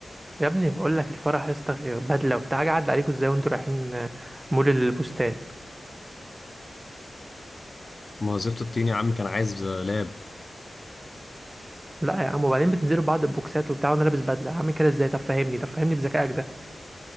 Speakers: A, on the right; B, on the left.
A: يا ابني بقول لك الفرح يا اسطى بدله وبتاع قاعد عليكم ازاي وانتوا رايحين مول البستان
B: ما وظيفة الطين يا عم كان عايز لاب
A: لا يا عم وبعدين بتنزلوا بعض البوكسات وبتاع وانا لابس بدله عامل كده ازاي طب فهمني طب فهمني بذكائك ده